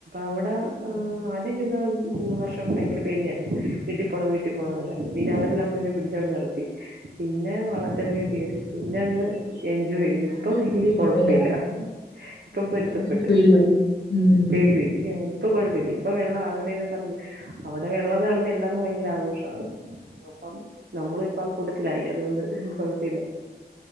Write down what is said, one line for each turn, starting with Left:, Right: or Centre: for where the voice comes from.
Right: അവിടെ
Left: ഉം
Right: ആദ്യം ചെയത വർഷംക്കെ ഭയങ്കര പേടിയായിരുന്നു. വീട്ടിൽ പോണം വീട്ടിൽ പോണംണ്ടായിരുന്നു
Left: ആ
Right: പിന്ന അവരെല്ലാം കൂടിന്നെ അവിടെ പിടിച്ചാടെ നിർത്തി. പിന്നെ വള്ളത്തിലൊക്കെ കേറി പിന്നെ അങ്ങ് എൻജോയ് ചെയ്ത്
Left: കണ്ട്
Right: ഇപ്പൊ
Left: കണ്ട്
Right: വലിയ
Left: പേടി
Right: കൊഴപ്പില്ല
Left: പോയി അല്ലേ
Right: ഇപ്പൊ
Left: ആ,
Right: പൊരുത്തപ്പെട്ട്.
Left: കണ്ട് കണ്ട് പേടി പോയി ഉം
Right: പേടി ഇപ്പൊ പോയി ഇപ്പൊ വെല്ലാ ആഗണേ അവിടെ വെള്ളം കാണുമ്പോൾ എല്ലാവർക്കും ഭയങ്കര ആഘോഷമാണ്. അപ്പം നമ്മളും ഇപ്പ ആ കൂട്ടത്തിലായി അതുകൊണ്ട് കുഴപ്പമില്ല